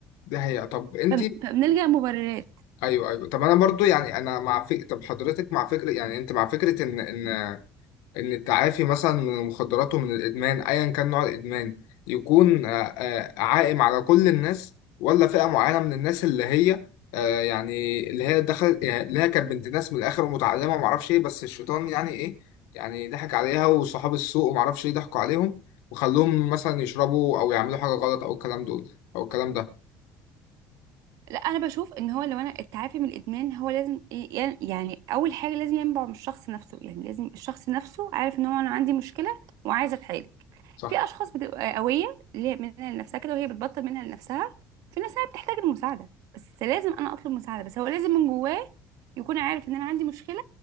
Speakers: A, on the left; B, on the right.
A: دي حقيقه طب انت
B: فم- فبنلجأ مبررات
A: ايوه ايوه طب انا برضو يعني انا مع فك... طب حضرتك مع فكره يعني انت مع فكره ان ان ان التعافي مثلا من المخدرات ومن الادمان ايا كان نوع الادمان يكون آه، آه، عائم على كل الناس ولا فئة معينة من الناس اللي هي آه، يعني اللي هي دخلت يعني اللي هي كانت بنت ناس من الاخر ومتعلمة ومعرفش ايه بس الشيطان يعني ايه يعني ضحك عليها وصحاب السوق ومعرفش ايه ضحكوا عليهم وخلوهم مثلا يشربوا او يعملوا حاجة غلط او الكلام دول او الكلام ده
B: لا انا بشوف ان هو لو انا التعافي من الادمان هو لازم ي- ي- يعني اول حاجه لازم ينبع من الشخص نفسه يعني لازم الشخص نفسه عارف ان هو انا عندي مشكله وعايزه اتعالج
A: صح
B: في اشخاص بتبقى قويه اللي هي منها لنفسها كده وهي بتبطل منها لنفسها في ناس بتحتاج المساعده بس لازم انا اطلب مساعده بس هو لازم من جواه يكون عارف ان انا عندي مشكله